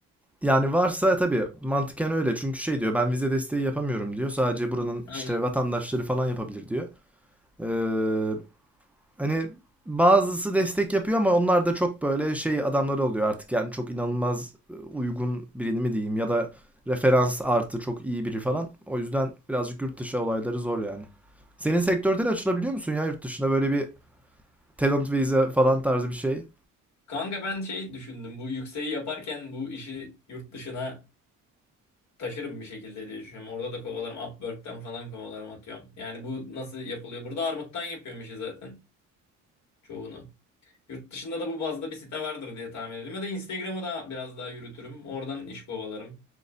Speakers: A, in the centre; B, on the left (about 65°).
A: Yani varsa tabii mantıken öyle. Çünkü şey diyor ben vize desteği yapamıyorum diyor. Sadece buranın
B: Aynen.
A: işte vatandaşları falan yapabilir diyor. Ee, hani bazısı destek yapıyor ama onlar da çok böyle şey adamları oluyor artık. Yani çok inanılmaz e, uygun birini mi diyeyim ya da referans artı çok iyi biri falan. O yüzden birazcık yurt dışı olayları zor yani. Senin sektörde de açılabiliyor musun ya yurt dışına böyle bir talent vize falan tarzı bir şey?
B: Kanka ben şey düşündüm. Bu yükseği yaparken bu işi yurt dışına taşırım bir şekilde diye düşünüyorum. Orada da kovalarım. Upwork'ten falan kovalarım atıyorum. Yani bu nasıl yapılıyor? Burada armuttan yapıyorum işi zaten çoğunu. Yurt dışında da bu bazda bir site vardır diye tahmin ediyorum. Ya da Instagram'ı da biraz daha yürütürüm. Oradan iş kovalarım.